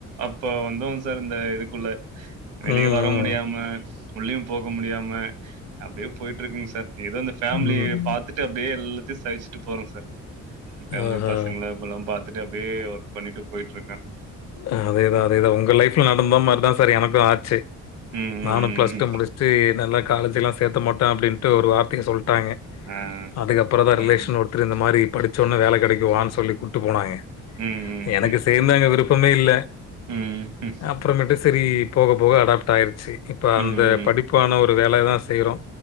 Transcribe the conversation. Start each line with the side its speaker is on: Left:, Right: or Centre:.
Right: அப்ப வந்தவன் சார் இந்த இதுக்குள்ள வெளிய
Left: ம்,
Right: வர
Left: ம்.
Right: முடியாம உள்ளயு போக முடியாம அப்டியே போய்ட்ருக்குங் சார் எதோ இந்த ஃபேமிலிய
Left: ம்.
Right: பாத்துட் டு அப்டியே எல்லாத்தையு சகிச்சுட்டு போற சார் பேமிலி
Left: ஆஹா.
Right: பசங்கள இவுங்கல்லா பாத் துட்டு அப்டியே ஒர்க் பண்ணிட்டு போய்ட்ருக்கே
Left: ஆ அதேதா அதேதா ஒங்க லைஃப்ல நடந்த மாரிதா சார் எனக்கு ஆச்சு
Right: ம்
Left: நானு
Right: ம்
Left: ப்ளஸ் டூ
Right: ம்.
Left: முடுஸ்ட்டு என்னல்லா காலேஜெலாம் சேத்த மாட்டே அப்டின்ட்டு ஒரு வார்த்தய சொல்ட்டாங்க
Right: ஆ.
Left: அதுக்கப்பற தா
Right: பாருங்க.
Left: ரிலேஷன் ஒருத்ரு இந்த மாரி படுச்சோனே வேல கெடைக்கு வான்னு சொல்லி கூட்டு போனாங்க
Right: ம், ம்,
Left: எனக்கு
Right: ம்.
Left: சேந்து அங்க விருப்பமே இல்ல
Right: ம் ம்
Left: அப்புறமேட்டு சரி போக போக அடாப்ட் ஆய்றுச்சு இப்போ
Right: ம்.
Left: அந்த படிப்பான ஒரு வேலைய தா செய்றோ